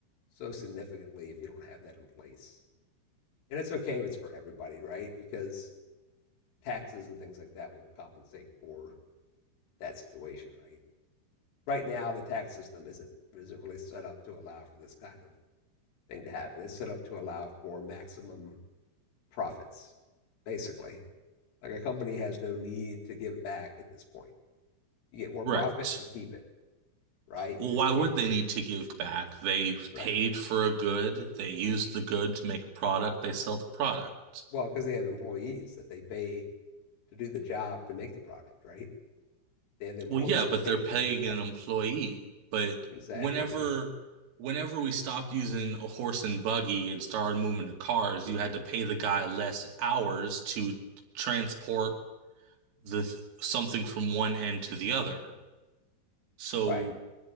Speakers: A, on the left; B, on the right.
A: so significantly if you don't have that in place. And it's okay if it's for everybody, right? Because taxes and things like that will compensate for that situation, right? Right now, the tax system isn't isn't really set up to allow for this kind of thing to happen. It's set up to allow for maximum profits, basically. Like a company has no need to give back at this point. You get more
B: Right.
A: profit, you keep it, right?
B: Well,
A: You just
B: why
A: pay,
B: would they need to give back? They
A: right?
B: paid
A: <laughs>
B: for a good, they used the good to make a product, they sell the product.
A: Well, because they have employees that they pay to do the job to make the product, right? They have the employees
B: Well, yeah,
A: they
B: but
A: pay
B: they're paying
A: to run the customers.
B: an employee. But
A: Exactly.
B: whenever
A: Yeah.
B: whenever we stopped using a horse and buggy and started moving to cars, you had to pay the guy less hours to transport the something from one end to the other. So
A: Right.